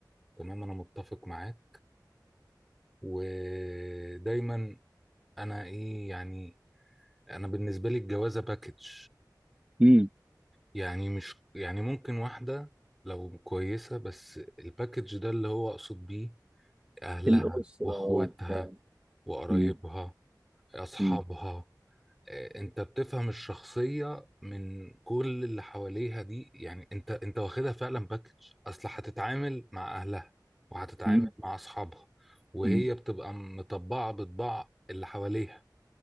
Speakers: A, in the centre; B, on the right.
A: تمام انا متفق معاك ودايما انا ايه يعني انا بالنسبه لي الجوازه باكج
B: امم
A: يعني مش يعني ممكن واحده لو كويسه بس الباكج ده اللي هو اقصد بيه اهلها
B: الاسره
A: واخواتها
B: وبتاع
A: وقرايبها
B: امم
A: اصحابها
B: امم
A: آه، انت بتفهم الشخصية من كل اللي حواليها دي يعني انت انت واخدها فعلا باكج اصل هتتعامل مع اهلها وهتتعامل
B: امم
A: مع اصحابها وهي
B: أمم.
A: بتبقى مطبعة بطباع اللي حواليها